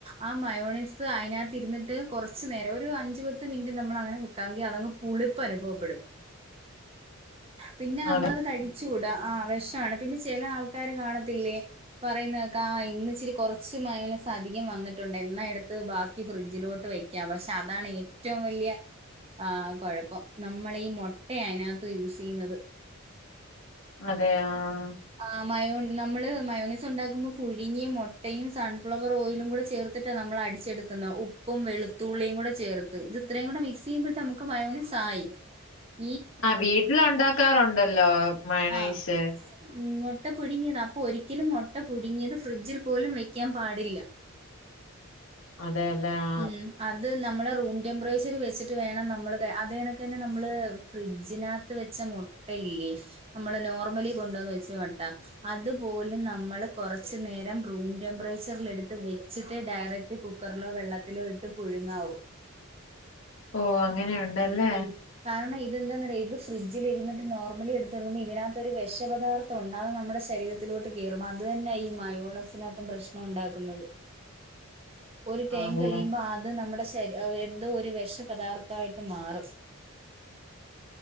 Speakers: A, on the right; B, on the left.
A: ആ മയോണൈസ് അയി നകത്ത് ഇരുന്നിട്ട് കൊറച്ചു നേരം ഒരു അഞ്ചു പത്ത് മിനിറ്റ് നമ്മൾ അങ്ങനെ വെക്കാങ്കിൽആകും പുളിപ്പ് അനുഭവപ്പെടും പിന്നെ നമ്മളത്
B: അതെ
A: കഴിച്ച് കൂടാ ആ വെഷാണ് പിന്നെ ചെലെ ആൾക്കാര് കാണത്തില്ലേ പറയുന്നതയ്കാ ആ ഇന്ന് ഇച്ചിരി കുറച്ച് മയോണൈസ് അധികം വന്നിട്ടുണ്ട് എന്നാ എടുത്ത് ബാക്കി ഫ്രിഡ്ജിലോട്ട് വയ് പക്ഷെ അതാണ് ഏറ്റവും വലിയ ആഹ് കുഴപ്പം നമ്മളീ മൊ മൊട്ടയാ അയിനകത്ത് യൂസ് ചെയ്യുന്നത്
B: അതെ ആഹ്
A: ആ മയോ നമ്മള് മയോണൈസ് ഉണ്ടാക്കുമ്പോ പുഴുങ്ങിയ മൊട്ടയും സൺഫ്ലവർ ഓയിലും കൂടെ ചേർ ന്ന് ട്ടാ നമ്മള് അടിച്ചെടുക്കുന്ന ഉപ്പും വെളുത്തുള്ളിയും കൂടെ ചേർത്ത് ഇത് ഇത്രയും കൂടെ മിക്സ് ചെയ്യുമ്പോഴേത്ത് നമുക്ക് മയോണൈസായി <inaudible>
B: ആ വീട്ടിലുണ്ടാക്കാറുണ്ടല്ലോ മയോണൈസ്
A: ആ ഉം മൊട്ട പുഴുങ്ങിയതാ അപ്പൊ ഒരിക്കലും മൊട്ട പുഴുങ്ങിയത് ഫ്രിഡ്ജിൽ പോലും വെക്കാൻ പാടില്ല. <inaudible>
B: അതെല്ലേ ആ
A: ഉം അത് നമ്മള് റൂം ടെമ്പറേച്ചറി വെച്ചിട്ട് വേണം നമ്മള് അതണക്ക്‌ തന്നെ നമ്മള് ഫ്രിഡ്ജിനക ത് വെച്ച മുട്ടയില്ലേ നമ്മള് നോർമലി കൊണ്ടുവന്ന് വെച്ച മുട്ട അതുപോലും നമ്മള് കൊറച്ച് നേരം റൂം ടെമ്പറേച്ചറിൽ എടുത്ത് വെച്ചിട്ടേ ഡയറക്റ്റ് കുക് കു ക്കറിലോ വെള്ളത്തിലോ ഇട്ട് പുഴുങ്ങാവൂ
B: ഓ അങ്ങനെയുണ്ടല്ലേ
A: ഉം കാരണം ഇത് എന്തെന്നറിയോ ഇത് ഫ്രിഡ്ജിൽ ഇരിട്ട് നോർമലി എടുത്ത്റങ്ങുമ്പോ ഇതിനകത്ത് ഒരു വെശ പദാർതോണ്ട് അത് നമ്മുടെ ശരീരത്തിലോട്ട് കേറും അത് ന്നെ ഈ മയോണസ്നകത്തും പ്രശ്നോണ്ടാക്കുന്നത് ഒരു ടൈം
B: അതെ
A: കഴിയുമ്പോ ആത് നമ്മുടെസ് ത് അത് എന്തോ ഒരു വെഷപദാർത്ഥായിട്ട്മാറും.